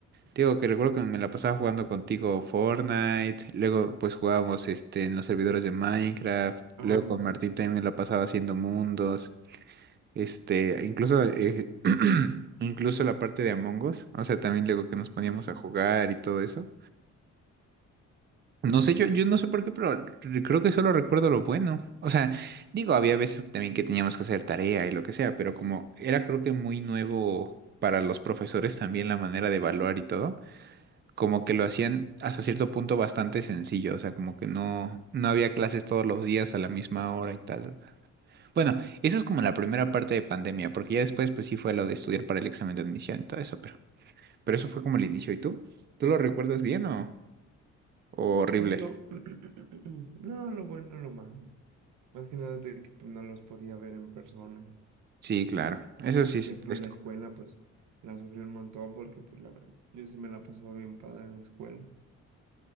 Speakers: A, on the right; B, on the right.
A: te digo que recuerdo que me la pasaba jugando contigo Fortnite, luego pues jugábamos este en los servidores de Minecraft,
B: Oh,
A: luego con
B: sí,
A: Martín
B: sí.
A: también me la pasaba haciendo mundos, este, incluso eh, <clears throat> incluso la parte de Among Us, o sea, también luego que nos poníamos
B: Ujú.
A: a jugar y todo eso.
B: Es
A: No
B: verdad.
A: sé, yo, yo no sé por qué, pero re- creo que solo recuerdo lo bueno. O sea, digo, había veces también que teníamos que hacer tarea y lo que sea, pero como era creo que muy nuevo para los profesores también la manera de evaluar y todo, como que lo hacían hasta cierto punto bastante sencillo, o sea, como que no, no había clases todos los días a la misma hora y tal, tal, tal. Bueno, eso es como la primera parte de pandemia, porque ya después pues sí fue lo de estudiar para el examen de admisión y todo eso, pero, pero eso fue como el inicio. ¿Y tú? ¿Tú lo recuerdas bien o, o horrible?
B: Pues lo, <clears throat> no, lo bueno, lo malo. Más que nada de que pues, no los podía ver en persona.
A: Sí, claro. Eso sí, es-
B: Y pues
A: esto.
B: la escuela, pues la sufrí un montón porque, pues la verdad, yo sí me la pasaba bien padre en la escuela.